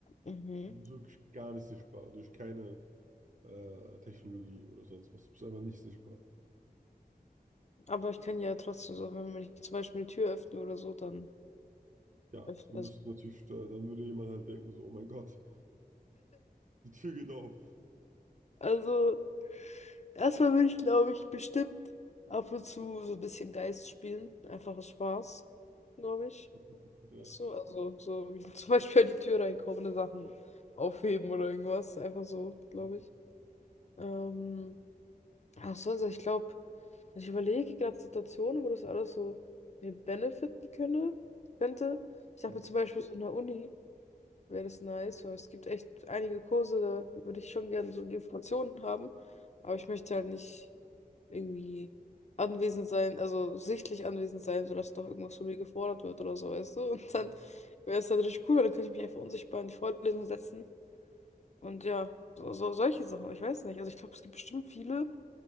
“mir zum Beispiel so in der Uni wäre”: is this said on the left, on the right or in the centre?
Left